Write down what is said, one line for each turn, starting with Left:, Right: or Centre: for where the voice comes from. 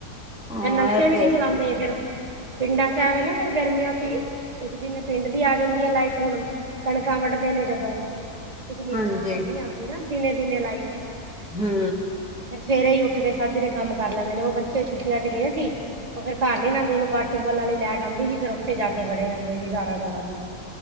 Centre: ਹਾਂ,
Right: ਫਿਰ ਨਲਕੇ
Centre: ਇਹ
Right: ਵੀ
Centre: ਤੇ
Right: ਨਹੀਂ
Centre: ਹੈ।
Right: ਚਲਾਉਂਦੇ ਫਿਰ। ਪਿੰਡਾਂ ਚ ਐਵੇਂ ਨਾ ਫਿਰ ਗਰਮੀਆਂ ਚ ਇੱਕ ਦਿਨ ਪਿੰਡ ਦੀ ਆ ਜਾਂਦੀ ਆ ਲਾਈਟ ਹੁਣ। ਕਣਕਾਂ ਵੱਡਦੇ ਨੇ ਜਦੋਂ ਇੱਕ ਮਹੀਨਾ
Centre: ਹਾਂਜੀ,
Right: ਨਹੀਂ ਆਉਂਦੀ ਨਾ ਦਿਨੇ ਦਿਨੇ ਲਾਈਟ।
Centre: ਹੂੰ।
Right: ਫਿਰ ਸਵੇਰੇ ਹੀ ਉੱਠ ਕੇ ਸਾਜਰੇ ਕੰਮ ਕਰ ਲੈਂਦੇ ਨੇ। ਉਹ ਬੱਚੇ ਛੁੱਟੀਆਂ ਚ ਗਏ ਸੀ। ਉਹ ਫਿਰ ਘਰ ਨਹੀਂ ਨਾਂਦੇ ਸੀ ਬਾਰ ਟਿਊਬਵੈੱਲ ਆਲੀ ਲਾਈਟ ਆਉਂਦੀ ਸੀ ਫਿਰ ਉੱਥੇ ਜਾ ਕੇ ਵੜੇ ਰਹਿੰਦੇ ਸੀ ਸਾਰ ਸਾਰਾ ਦਿਨ।